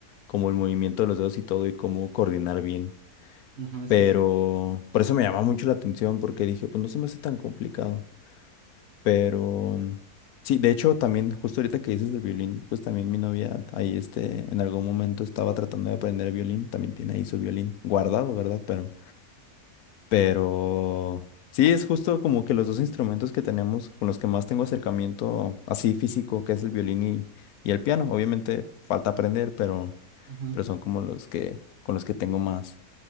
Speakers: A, on the left; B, on the right.
A: como el movimiento de los dedos y todo y cómo coordinar bien.
B: Ajá, sí,
A: Pero
B: sí.
A: por eso me llamó mucho la atención porque dije, pues no se me hace tan complicado. Pero sí, de hecho, también justo ahorita que dices el violín, pues también mi novia ahí este, en algún momento estaba tratando de aprender el violín, también tiene ahí su violín guardado, ¿verdad? Pero, pero sí, es justo como que los dos instrumentos que tenemos, con los que más tengo acercamiento así físico, que es el violín y, y el piano. Obviamente falta aprender, pero,
B: Ajá,
A: pero son como los que, con los que tengo más,